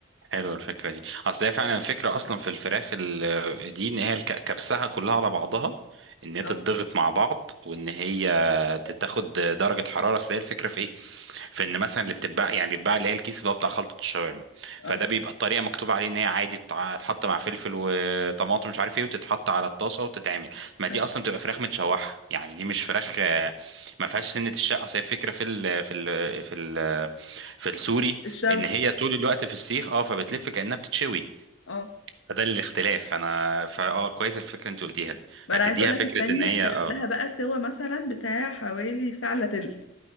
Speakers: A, on the right; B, on the left.
A: حلوة الفكرة دي اصل هي فعلا الفكرة اصلا في الفراخ ال- دي ان هي الك- كبسها كلها على بعضها ان هي
B: اه
A: تتضغط مع بعض وان هي تاخد درجة حرارة اصل هي الفكرة في ايه في ان مثلا اللي بتتباع يعني بيتباع اللي هي الكيس اللي هو بتاع خلطة الشاورما
B: اه
A: فده بيبقى الطريقة مكتوب عليه ان هي عادي تتع- تتحط مع فلفل وطماطم مش عارف ايه وتتحط على الطاسة وتتعمل ما دي
B: آه.
A: اصلا بتبقى فراخ متشوحة يعني دي مش فراخ آه، ما فيهاش سنة الشقة اصل هي الفكرة في ال في ال في ال في السوري
B: الشوي
A: ان هي طول الوقت في السيخ اه فبتلف كانها بتتشوي
B: اه
A: فده الاختلاف انا فاه كويس الفكره اللي انت قلتيها دي
B: ما
A: هتديها
B: انا عايز اقول لك
A: فكره
B: التانية
A: ان هي
B: خدت
A: اه
B: لها بقى سوا مثلا بتاع حوالي ساعة الا تلت